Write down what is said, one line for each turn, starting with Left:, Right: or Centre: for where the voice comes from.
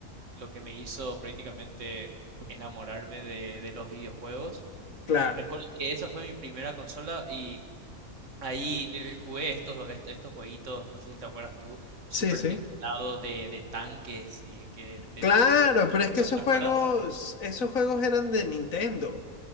Right: lo que me hizo prácticamente enamorarme de, de los videojuegos. Eh,
Left: Claro.
Right: recuerdo que esa fue mi primera consola y ahí eh, jugué estos, est- estos, jueguitos, no sé si te acuerdas tú, super
Left: Sí, sí.
Right: pixelado de, de tanques y que te,
Left: Claro, pero es que
Right: ¿no?
Left: esos
Right: ¿te
Left: juegos,
Right: acuerdas?
Left: esos juegos eran de Nintendo.